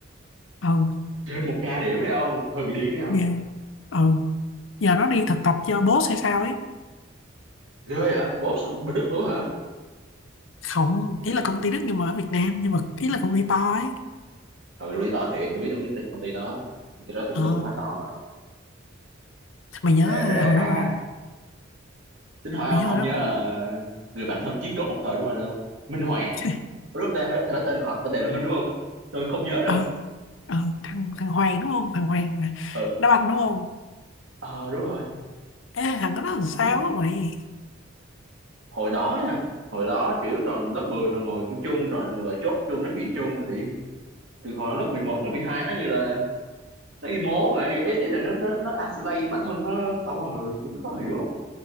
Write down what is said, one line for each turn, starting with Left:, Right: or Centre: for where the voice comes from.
Left: ừ
Right: trên một k điểm đấy không hơi bị điên đấy không
Left: ghê ừ giờ nó đi thực tập cho boss hay sao ấy
Right: ghê vậy boss bên Đức luôn hả
Left: không ý
Right: Đền.
Left: là công ty Đức nhưng mà ở Việt Nam nhưng mà ý là công ty to ấy
Right: ừ tôi biết to thiệt tôi biết tôi biết cái công ty đó công ty đó thì
Left: ờ
Right: bên Đức quá to rồi
Left: mày nhớ
Right: kể
Left: à,
Right: ra
Left: hồi đó
Right: à
Left: mà
Right: tính hỏi
Left: mày
Right: ông
Left: nhớ hồi
Right: ông
Left: đó
Right: nhớ
Left: mà.
Right: ờ, người bạn thân chí cốt một thời đúng không không Minh Hoàng
Left: <laughs>
Right: Ủa đúng không ta Thật ra tên họ tên đề là Minh đúng không tôi không nhớ đâu
Left: ờ ờ thằng thằng Hoàng đúng không thằng Hoàng mà
Right: ừ
Left: đá banh đúng không
Right: ờ đúng rồi
Left: Ê, thằng đó nó làm
Right: Tao
Left: sao
Right: nói,
Left: á mày
Right: hồi đó nha hồi đó kiểu tròn lớp 10 tròn ngồi chung chung rồi rồi chốt chung nói chuyện chung rồi thì từ hồi lớp 11 lớp 12 nó như là nó emo mày ý, ý là nó nó nó isolate bản thân nó khỏi mọi người kiểu nó khó hiểu